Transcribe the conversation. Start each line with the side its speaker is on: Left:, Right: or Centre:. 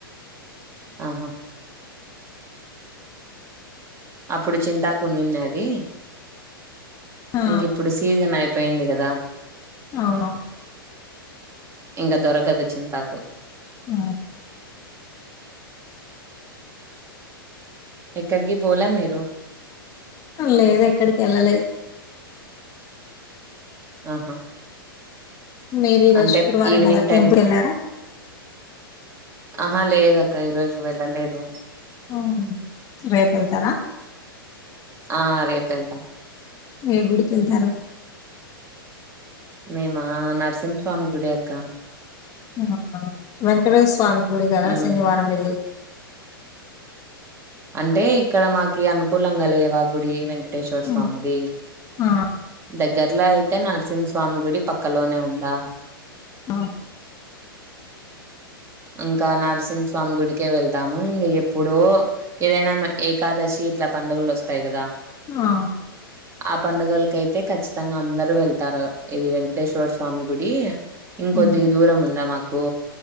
Right: ఆహా అప్పుడు చింతాకు ఉన్నిన్నాది
Left: ఆ!
Right: ఇంకి ఇప్పుడు సీజన్ అయిపోయింది కదా
Left: అవునవును.
Right: ఇంకా దొరకదు చింతాకు
Left: ఆ
Right: ఎక్కడికి పోలా మీరు
Left: లేదు ఎక్కడికి వెళ్ళలేదు
Right: ఆహా
Left: మీరు ఈరోజు
Right: అంటే
Left: శుక్రవారం
Right: ఈవినింగ్
Left: గదా!
Right: టైమ్స్
Left: టెంపుల్‌కెళ్లారా?
Right: ఆహా లేదు ఇంకా ఈరోజు వెళ్ళలేదు
Left: ఆ రేపు వెళ్తారా
Right: ఆ రేపు వెళ్తాం
Left: ఏ గుడికి వెళ్తారు
Right: మీమా నరసింహస్వామి గుడి అక్క
Left: ఆ వెంకటేశ్వ స్వామి గుడి కదా
Right: ఉమ్
Left: శనివారం వెళ్ళెది
Right: అంటే ఇక్కడ మాకి అనుకూలంగా లేవా గుడి వెంకట వెంటేశ్వర
Left: హ్మ్.
Right: స్వామిది
Left: ఆ!
Right: దగ్గర్లో అయితే నరసింహ స్వా స్వామి గుడి పక్కలోనే ఉందా
Left: ఆ!
Right: ఇంకా నరసింహస్వామి గుడికే వెళ్తాము ఇంకా ఎప్పుడో ఏదైనా ఏకాదశి ఇట్లా పండుగలు వస్తాయి కదా
Left: ఆ
Right: ఆ పండుగలకైతే ఖచ్చితంగా అందరు వెళ్తారు ఇది వెంకటేశ్వర స్వామి గుడి ఇంకొద్దిగా
Left: హ్మ్.
Right: దూరం ఉందా మాకు